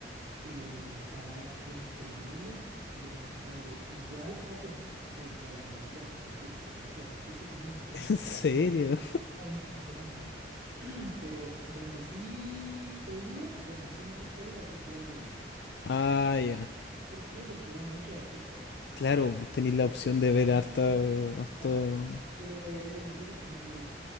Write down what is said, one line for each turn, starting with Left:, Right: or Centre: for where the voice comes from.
Right: eh, la verdad que fue increíble. El grupo musical era igual a Queen, o sea, igual, igual, igual. El tipo se parecía hasta físicamente, cantaba
Left: <laughs> ¿En serio?
Right: idéntico. No, impresionante. <clears throat> Pero donde sí he ido y donde sí me gusta ir al Festival de Viña.
Left: Ah, ya.
Right: ¿Por qué? Porque van muchos artistas. po.
Left: Claro, tenéis
Right: Entonces,
Left: la opción
Right: no,
Left: de ver
Right: no
Left: harta,
Right: solo,
Left: harto.
Right: exacto, po, no solo vaya a ver un grupo, sino que